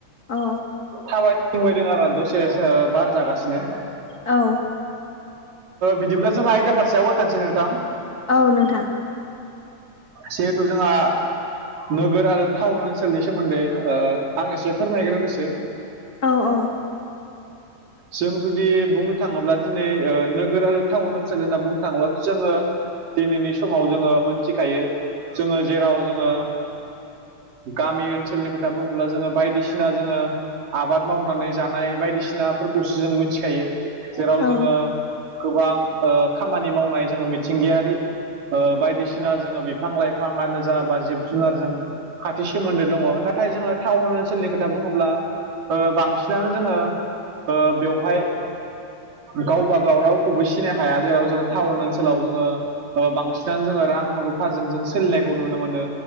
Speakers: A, on the left; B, on the right.
A: औ
B: थाबायथिंबायदों आरो दसे बार जागासिनो
A: औ
B: बिदिब्ला जोंहा आयदा फारसे आवगाखानोसै नोंथां
A: औ नोंथां
B: जिहेथु जोंहा नोगोर आरो टाउन ओनसोलनि सोमोन्दै आं एसे फोरमायग्रोनोसै
A: औ औ
B: जों जुदि बुंनो थाङोब्ला दि दिनै नोगोर आरो टाउन ओनसोल होनना बुंनो थाङोबा जोङो दिनैनि समाव जोङो मोनथिखायो जोङो जेराव जोङो गामि ओनसोलनि खोथा बुङोब्ला जोङो बायदिसिना जोङो आबाद मावनानै जानाय बायदिसिनाफोरखौसो जों मिथिखायो जेराव
A: औ
B: जोङो गोबां खामानि मावनाय जोङो मिथिंगायारि बायदिसिना जोङो बिफां-लाइफाङानो जा बा जिब-जुनारजों खाथि सोमोन्दो दङ नाथाय जोङो टाउन ओनसोलनि खोथा बुङोब्ला बांसिनानो जोङो बेवहाय गावबा गाव रावखौबो सिनो हाया जेराव जोङो टाउन ओनसोलाव जोङो बांसिनानो जोङो रां रुफाजों जों सोलिनायखौ नुनो मोनो